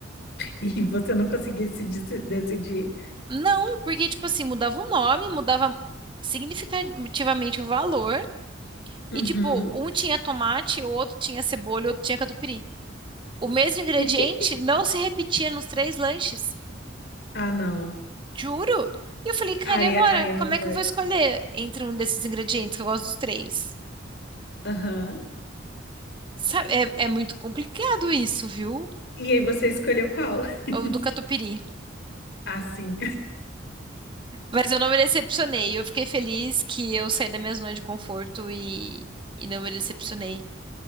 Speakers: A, on the left; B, on the right.
A: E você não conseguia se deci- decidir.
B: Não, porque, tipo assim, mudava o nome, mudava significativamente o valor.
A: Uhum.
B: E, tipo, um tinha tomate, o outro tinha cebola, o outro tinha catupiry. O mesmo ingrediente
A: <laughs>
B: não se repetia nos três lanches.
A: Ah, não.
B: Juro? E eu falei, cara,
A: Aí,
B: e agora?
A: é- aí é maldade.
B: Como é que eu vou escolher entre um desses ingredientes, que eu gosto dos três?
A: Aham.
B: Sabe, é, é muito complicado isso, viu?
A: E aí você escolheu qual? <laughs>
B: Ou do catupiry.
A: Ah, sim.
B: Mas eu não me decepcionei. Eu fiquei feliz que eu saí da minha zona de conforto e, e não me decepcionei.